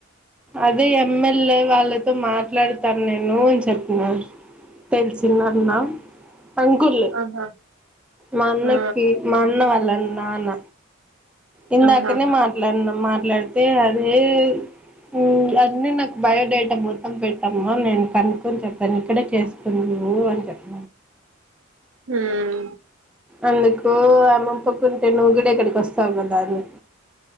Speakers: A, in the centre; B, on the right.
A: అదే ఎమ్మెల్యే వాళ్ళతో మాట్లాడతాను నేను అని చెప్పిన తెలిసిన నాన్నా అంకుల్
B: ఆహా
A: మా అన్నకి
B: ఆ
A: మా అన్న వాళ్ళ నాన్న ఇందాకనే
B: ఆహా
A: మాట్లాడినం మాట్లాడితే అదే ఉమ్ అన్నీ నాకు బయోడేటా మొత్తం పెట్టామ నేను కనుక్కొని చెప్పాను ఇక్కడే చేసుకుందు ఊ అని చెప్ప
B: హమ్
A: అందుకు ఆమ్మమ్మ పక్కంటే నువ్వు కూడా ఇక్కడికి వస్తావు కదా అందు